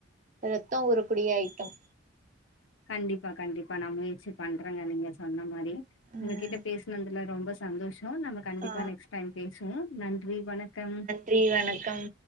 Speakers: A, on the right; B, on the left.
A: ரெத்தம் ஊறக்கூடிய ஐட்டம்
B: கண்டிப்பா கண்டிப்பா நா முயற்சி பண்றேங்க நீங்க சொன்ன மாரி உங்க
A: ம்
B: கிட்ட பேசுனதுல ரொம்ப சந்தோஷோ நம்ம கண்டிப்பா
A: ஆ
B: நெக்ஸ்ட் டைம் பேசுவோ நன்றி வணக்கம்
A: றி வணக்கம்